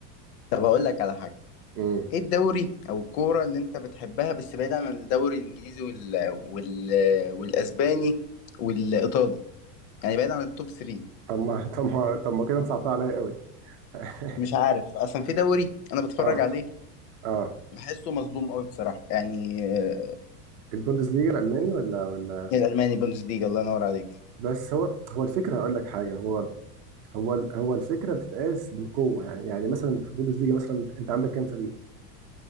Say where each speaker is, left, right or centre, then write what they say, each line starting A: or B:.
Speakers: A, on the left (about 70°); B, on the right (about 40°).
A: طب اقول لك على حاجه
B: امم
A: ايه الدوري او الكوره اللي انت بتحبها بس بعيد عن الدوري الانجليزي وال... وال... والاسباني والايطالي يعني بعيد عن التوب 3
B: طب ما طب ما طب ما كده انت صعبتها عليا قوي <laughs>
A: مش عارف اصلا في دوري انا بتفرج
B: اه
A: عليه
B: اه
A: بحسه مظلوم قوي بصراحه يعني آه،
B: البوندسليجا الالماني ولا ولا
A: الالماني بوندسليجا الله ينور عليك
B: بس هو هو الفكره اقول لك حاجه هو هو هو الفكره بتتقاس بالقوه يعني يعني مثلا في البوندسليجا مثلا انت عندك كام فريق